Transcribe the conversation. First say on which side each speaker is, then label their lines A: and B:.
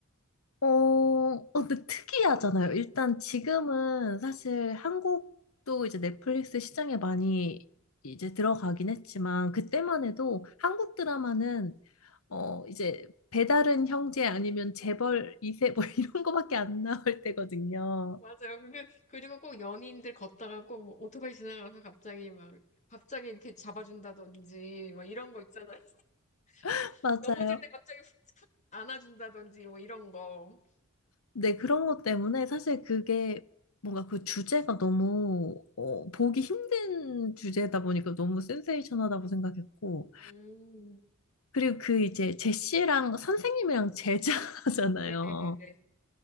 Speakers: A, on the left (about 75°); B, on the left (about 35°).
A: 어, 어, 근데 특이하잖아요. 일단 지금은 사실 한국도 이제 넷플릭스 시장에 많이 이제 들어가긴 했지만, 그때만 해도 한국 드라마는 어, 이제 배다른 형제 아니면 재벌 이세뭐 <laughs> 이런 거밖에 안 나올 때거든요.
B: 맞아요. 그- 그리고 꼭 연인들 걷다가 꼭뭐 오토바이 지나가서 갑자기 막, 갑자기 이렇게 잡아준다든지, 막 이런 거 있잖아요. <laughs>
A: <laughs> 맞아요.
B: 넘어질 때 갑자기 훅, 훅 안아준다든지, 뭐 이런 거.
A: 네, 그런 것 때문에 사실 그게 뭔가 그 주제가 너무 어, 보기 힘든 주제다 보니까 너무 센세이션하다고 생각했고
B: 음,
A: 그리고 그 이제 제시랑 선생님이랑 제자잖아요.
B: 네네네네.